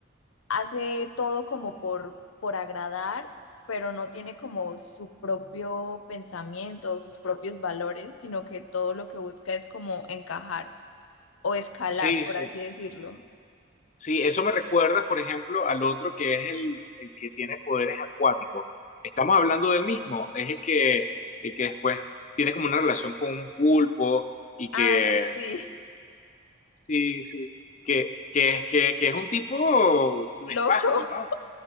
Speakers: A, on the left; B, on the left.
A: hace todo como por, por agradar, pero no tiene como su propio pensamiento, sus propios valores, sino que todo lo que busca es como encajar o escalar,
B: Sí,
A: por
B: sí.
A: así decirlo.
B: Sí, eso me recuerda, por ejemplo, al otro que es el, el que tiene poderes acuáticos. Estamos hablando del mismo. Es el que, el que después tiene como una relación con un pulpo y que,
A: Ah, sí,
B: sí, sí, que, que es, que, que es un tipo nefasto,
A: <laughs> loco.
B: ¿no?